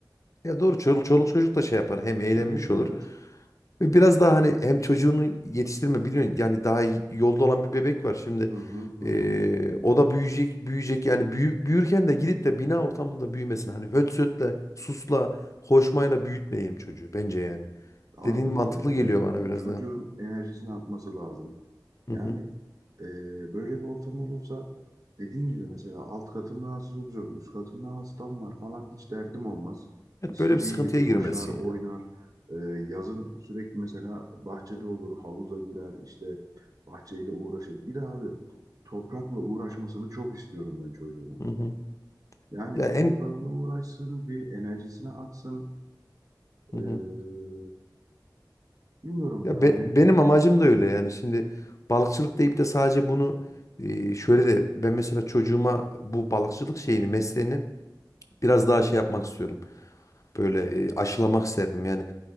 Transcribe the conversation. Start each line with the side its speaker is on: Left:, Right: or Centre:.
Left: Ya doğru çoluk, çoluk çocuk da şey yapar. Hem eğlenmiş
Right: Evet evet.
Left: olur. Ve biraz daha hani hem çocuğunu yetiştirme biliyorsun yani daha y- yolda olan bir bebek var şimdi.
Right: Hı hı hı
Left: Ee,
Right: hı.
Left: o da büyüyecek büyüyecek yani büyü, büyürken de gidip de bina ortamında büyümesin. Hani höt sötle, susla, hoşmayla büyütmeyelim çocuğu bence yani.
Right: Abi
Left: Dediğin mantıklı
Right: e,
Left: geliyor bana biraz
Right: çocuğun
Left: daha.
Right: enerjisini atması lazım.
Left: Hı
Right: Yani
Left: hı.
Right: e, böyle bir ortam olursa dediğin gibi mesela alt katım rahatsız olacak, üst katımda hastam var falan hiç derdim olmaz.
Left: Evet,
Right: İstediği
Left: böyle bir sıkıntıya
Right: gibi
Left: girmesin
Right: koşar, oynar.
Left: ya.
Right: E, yazın sürekli mesela bahçede olur, havuza girer, işte bahçeyle uğraşır. Bir de abi toprakla uğraşmasını çok istiyorum ben çocuğumun.
Left: Hı hı.
Right: Yani
Left: Ya
Right: bir
Left: en
Right: toprakla uğraşsın, bir enerjisini atsın.
Left: hı
Right: E,
Left: hı.
Right: Bilmiyorum
Left: Ya
Right: yani
Left: be- benim amacım da öyle yani şimdi balıkçılık deyip de sadece bunu e, şöyle de ben mesela çocuğuma bu balıkçılık şeyini mesleğini biraz daha şey yapmak istiyorum. Böyle e, aşılamak isterdim yani.